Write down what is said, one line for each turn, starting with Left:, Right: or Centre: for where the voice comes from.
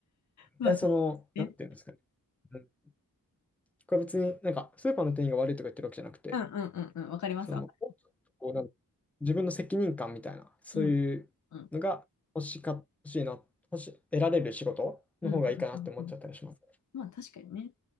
Centre: いや、
Left: まあ
Centre: その、
Left: ね、
Centre: なんていうんですかね、うん、これ別になんかスーパーの店員が悪いとか言ってるわけじゃなくて、
Left: うんうんうんうん、わかりますわかる。
Centre: その、もうちょっとこうなんか自分の責任感みたいな、そういうのが欲しか、
Left: うんうん
Centre: 欲しいな、欲し、得られる仕事の方がいいかなって思っちゃったりします。
Left: うんうんうんうん。まあ確かにね。